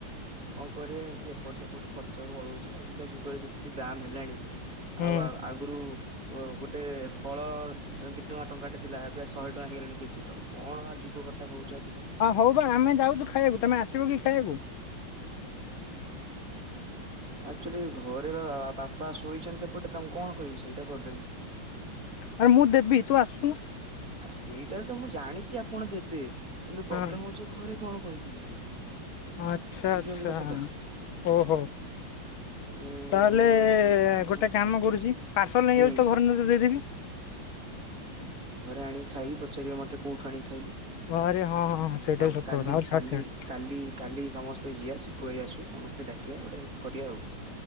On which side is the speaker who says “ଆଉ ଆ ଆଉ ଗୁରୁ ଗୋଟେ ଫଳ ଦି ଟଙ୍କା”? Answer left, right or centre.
Right